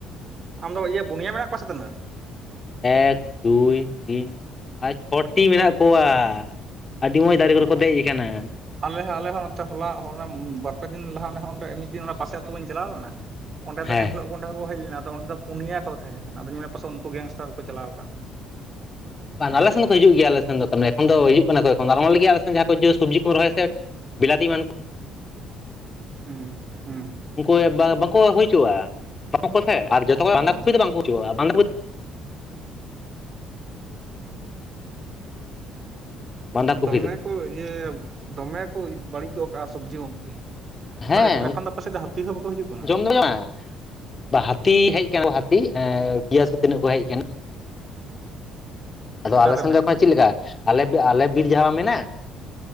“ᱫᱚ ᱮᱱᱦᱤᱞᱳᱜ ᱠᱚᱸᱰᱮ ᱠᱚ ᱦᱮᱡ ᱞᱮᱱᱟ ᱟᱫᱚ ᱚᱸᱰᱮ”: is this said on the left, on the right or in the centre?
Right